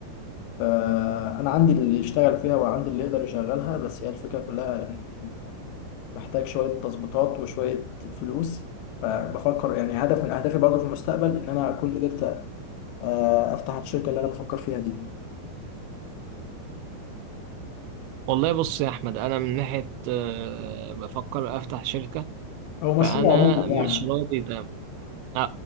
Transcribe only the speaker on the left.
فأنا عندي اللي يشتغل فيها وعندي اللي يقدر يشغلها بس هي الفكرة كلها إن إن محتاج شوية تظبيطات وشوية فلوس فبفكر يعني هدف من أهدافي برضه في المستقبل إن أنا أكون قدرت آه، أفتح الشركة اللي أنا بفكر فيها دي
أو
مشروع عموما يعني